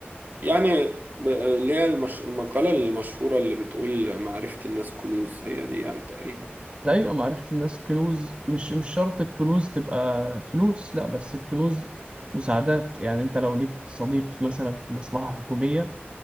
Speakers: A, on the right; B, on the right.
A: يعني ب- اللي هي المش... المقالة المشهورة اللي بتقول معرفة الناس كنوز هي دي يعني تقريبا
B: ده يبقى معرفة الناس كنوز مش مش شرط الكنوز تبقى فلوس لا بس الكنوز مساعدات يعني انت لو ليك صديق مثلا في مصلحة حكومية